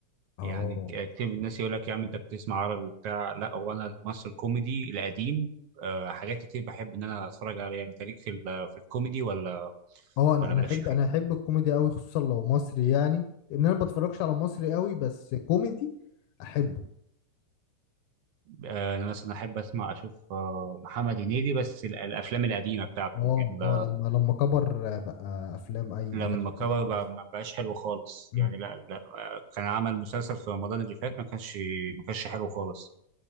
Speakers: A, on the left (about 80°); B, on the right (about 70°).
A: اه
B: يعني ك- كتير من الناس يقول لك يا عم انت بتسمع عربي وبتاع لا هو انا المصري الكوميدي القديم آه، حاجات كتير بحب ان انا اتفرج عليها انت ليك في ال- في الكوميدي ولا
A: اه انا
B: ولا
A: انا
B: مالكش
A: احب
B: فيه
A: انا احب الكوميدي قوي خصوصا لو مصري يعني ان انا ما بتفرجش على مصري قوي بس كوميدي احبه
B: آه، انا مثلا احب اسمع اشوف آه، محمد هنيدي بس ال- الافلام القديمه بتاعته
A: اه
B: ال-
A: اه لما لما كبر آه، بقى افلام اي
B: لما
A: ملهاش أي
B: كبر
A: 30
B: بقى
A: لازمة
B: ما بقاش حلو خالص
A: امم
B: يعني لا لا آه، كان عمل مسلسل في رمضان اللي فات ما كانش ما كانش حلو خالص